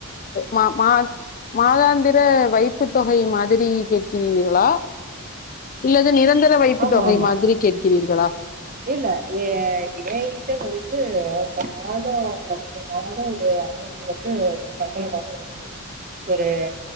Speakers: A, on the left; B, on the right.
A: மா மாத் மாதாந்திர வைப்புத் தொகை மாதிரி கேட்கிறீர்களா இல்லது நிரந்தர வைப்புத்
B: ஆமா
A: தொகை
B: ஆமா
A: மாதிரி கேட்கிறீர்களா
B: இல்ல எ ஏங்கிட்ட வந்து இப்ப மாதோ நமக்கு மாதோ ஒரு அமௌண்ட் டு வந்து சம்பளமாக வருது ஒரு